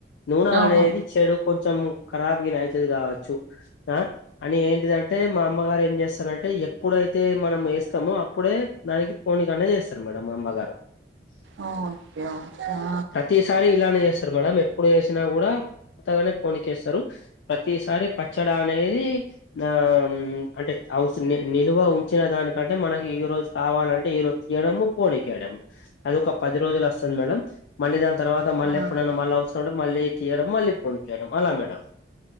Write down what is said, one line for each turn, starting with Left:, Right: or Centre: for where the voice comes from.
Left: నూనె
Right: అవును
Left: అనేది చెడు కొంచెం కారాబ్ గిన ఐతది కావచ్చు అని ఏంటిదంటే మా అమ్మగారు ఏం చేస్తారంటే ఎ ప్పుడైతే మనం వేస్తామో అప్పుడే దానికి పోనికనేది చేస్తారు మేడంమ్ మా అమ్మగారు
Right: అవున్ ఏమో క్యా
Left: ప్రతిసారి ఇలానే చేస్తారు మేడం ఎప్పుడు చేసినా కూడా కొత్తగానే పొనికేస్తారు ప్రతిసారి పచ్చడా అనేది ఆ అంటే అవసర నిల్వ ఉంచిన దానికంటే మనకి ఈ రోజు కావాలంటే ఈరోజు తీయడము పోనీకేయడం అది ఒక పది రోజులు వస్తది మేడం మళ్ళీ దాన్ తర్వాత మళ్ళ
Right: ఆహా.
Left: ఎప్పుడైన మళ్ళీ అవసరం ఉంటే మళ్ళీ తీయడం మళ్ళీ పోనిక్ ఏయ్యడం అలా మేడం